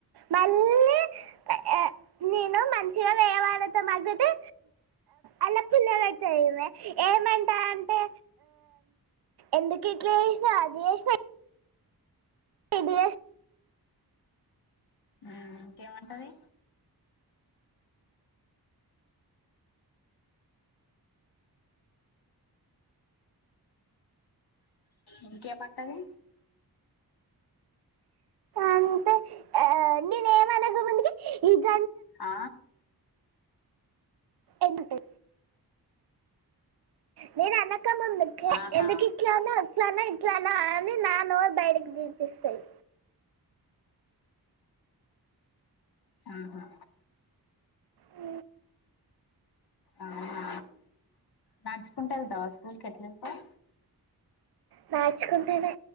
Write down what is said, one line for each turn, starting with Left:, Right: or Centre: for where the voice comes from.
Right: మళ్ళీ ఆ నేను మంచిగా వేరెవాళ్ళతో మాట్లడితే అల్ల పుల్ల పెడతది ఈమె ఎప్పు <unintelligible> అంటే ఎందుకు ఇట్ల చేసినవ్ అది చేసినవ్ ఇది చెస్నవ్
Left: అవునా ఇంకేమంటది ఇంకేమంటది
Right: అంతే ఆ నేను ఏమనక ముందుకె ఇగ
Left: ఆ
Right: ఎటే నేను అనకముందుకె
Left: ఆహా
Right: ఎందుకు ఇట్ల అన్నవ్ అట్ల అన్నవ్ ఇట్ల అని నా నోరు బయటికి తిపిస్తది.
Left: ఆహా
Right: అ
Left: అవునా నడుచుకుంట ఎళ్తావా స్కూల్ కి ఎట్ల ఏళ్తవ్
Right: నడుచుకుంటనే